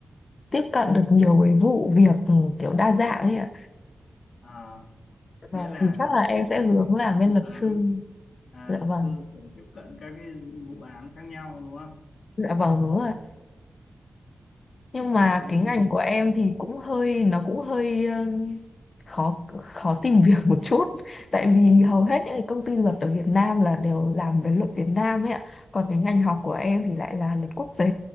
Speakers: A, on the left (about 45°); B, on the left (about 80°).
A: tiếp cận được nhiều cái vụ việc ừ, kiểu đa dạng ấy ạ.
B: à
A: Vâng,
B: nghĩa là
A: thì chắc
B: những
A: là em
B: cái
A: sẽ
B: vụ
A: hướng
B: việc
A: làm bên
B: vụ
A: luật
B: án
A: sư.
B: à,
A: Dạ
B: luật
A: vâng,
B: sư cũng tiếp cận các cái vụ án khác nhau đúng không
A: dạ vâng đúng rồi. Nhưng mà
B: thế
A: cái ngành
B: thì
A: của em thì cũng hơi nó cũng hơi ờ, khó khó tìm <laughs> việc một chút tại vì
B: ừ,
A: hầu hết những cái công ty luật ở Việt Nam là đều làm về luật Việt Nam ấy ạ. Còn cái ngành học của em thì lại là luật quốc tế